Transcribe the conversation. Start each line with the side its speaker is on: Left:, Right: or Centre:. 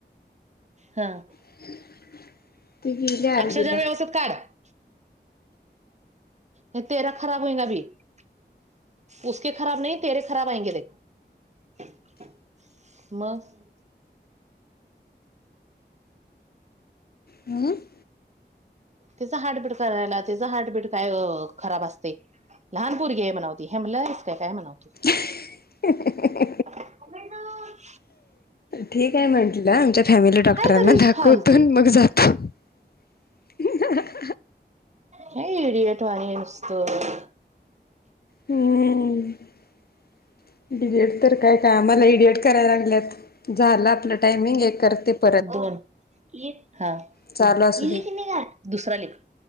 Right: हा <unintelligible>
Left: <unintelligible> आरवीला.
Right: अक्षरशः व्यवस्थितत का <unintelligible> हे तेरा खराब होई का भी <unintelligible> उक खराब नाही तेरे खराब आयंगे दे <unintelligible> मग <unintelligible>
Left: हं <unintelligible>
Right: तचं हार्टबीट करायला त्याचं हार्टबीट काय खराब असते <unintelligible> लहान मुरगी आहे म्हणवती हेमलस काय काय म्हणावतो <unintelligible>
Left: हसण्याचा आवाज <unintelligible>
Right: अण ना <unintelligible>
Left: ठीक आहे म्हंटलं आमच्या फॅमिली डॉक्टरांना
Right: तरीच
Left: दाखवतून
Right: फालतू
Left: मग जातो <unintelligible> ह <unintelligible>
Right: नाहीडीठवाणी नसतो <unintelligible>
Left: हम्म बेड <unintelligible> तर काय काय आम्हाला एडिट करायला लागल्यात झालं आपलं टायमिंग एक करते <unintelligible>
Right: दोन एक हा इ
Left: चालू असू
Right: ले
Left: दे.
Right: की नाही का दुसरा लेख <unintelligible>